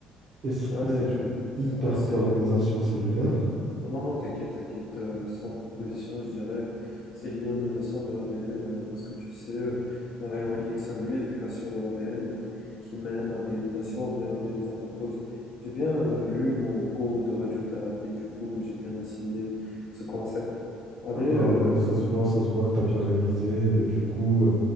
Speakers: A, on the right; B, on the left.
A: Est-ce que
B: Allez,
A: c'est une hyperpolarisation
B: ça c'est...
A: cellulaire?
B: Ah Non, non, t'inquiète, t'inquiète, euh, sans proposition, je dirais, c'est l'ionisation de l'ADN, euh, parce que tu sais, euh, les rayons X induisent des cassures de l'ADN qui mènent à des mutations ou bien à des apoptoses. J'ai bien euh, lu mon cours de radiothérapie, du coup, j'ai bien assimilé ce concept. Allez,
A: Ben,
B: euh,
A: ça se voit, ça se voit que tu as bien révisé. Ben, du coup, euh,